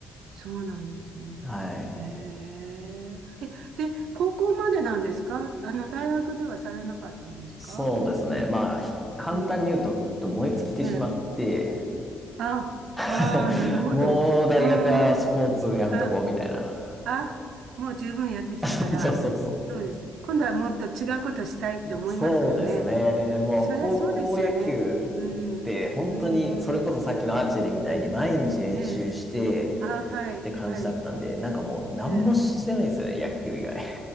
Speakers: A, on the right; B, in the centre.
A: そうなんですね。
B: <laughs> はい。
A: へえ、え、で、高校までなんですかあの、大学ではされなかったんですか
B: そうですね。まあ、簡単に言うと、
A: うん、
B: 燃え尽きてしまって、
A: ええ、あ、
B: <laughs>
A: ああ、なるほど。
B: もう大学はスポーツやめとこうみたいな。
A: うーん、あ、あ、もう十分やってきたから、
B: <laughs> そうそうそうそう。
A: そうですね。今度はもっと違うことしたいって思いますよね。
B: そうですね。もう高校野球って本当に、
A: そりゃそうですよね。うん、うーん、
B: それこそさっきのアーチェリーみたいに毎日練習して
A: ええ。あ、はい、
B: って感じだったんで、
A: はい、
B: なんかもう何もしてないですよね、
A: ええ。
B: 野球以外。